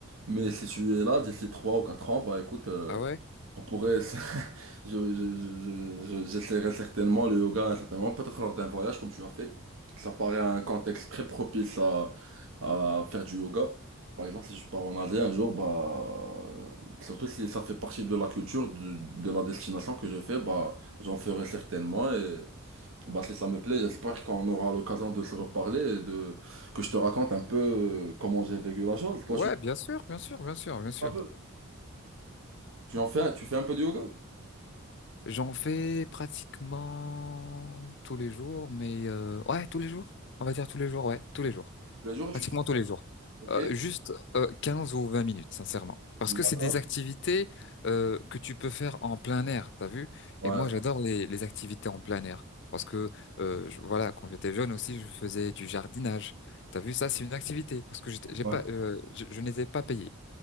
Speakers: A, on the right; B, on the left.
A: Mais si tu es là d'ici trois ou quatre ans, bah écoute, euh,
B: Ah ouais?
A: on pourrait. <laughs> je, je, je, je- je- j'essaierai certainement le yoga à un certain moment, peut-être lors d'un voyage comme tu as fait. Ça paraît un contexte très propice à, à faire du yoga. Par exemple, si je pars en Asie un jour, bah, surtout si ça fait partie de la culture, de, de la destination que je fais, bah, j'en ferai certainement bah, si ça me plaît, j'espère qu'on aura l'occasion de se reparler et de que je te raconte un peu euh, comment j'ai vécu la chose. Toi,
B: Ouais,
A: je suis
B: bien sûr, bien sûr, bien sûr, bien sûr.
A: Fameux. tu en fais, tu fais un peu de yoga
B: J'en fais pratiquement tous les jours, mais euh, ouais, tous les jours. On va dire tous les jours, ouais, tous les jours.
A: tous les jours,
B: Pratiquement
A: tu fais.
B: tous les jours.
A: Ok.
B: Euh, juste euh, 15 ou 20 minutes, sincèrement. Parce que
A: D'accord.
B: c'est des activités euh, que tu peux faire en plein air, t'as vu?
A: Ouais.
B: Et moi, j'adore les, les activités en plein air. Parce que, euh, je- voilà, quand j'étais jeune aussi, je faisais du jardinage. T'as vu, ça, c'est une activité. Parce que j'étais- j'ai
A: Ouais.
B: pas, euh, je, je n'étais pas payé.